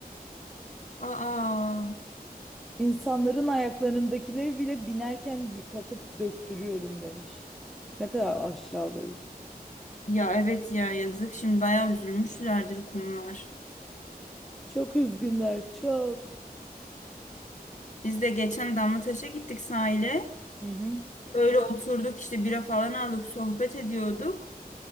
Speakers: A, on the left (about 50°); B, in the centre.
A: Aa.
B: İnsanların ayaklarındakileri bile binerken yıkatıp döktürüyorum demiş. Ne kadar aşağılayıcı.
A: Ya evet ya yazık şimdi bayağı üzülmüşlerdir kumlar.
B: Çok üzgünler çok.
A: Biz de geçen Damlataş'a gittik sahile.
B: Hı hı.
A: Öyle oturduk işte bira falan aldık sohbet ediyorduk.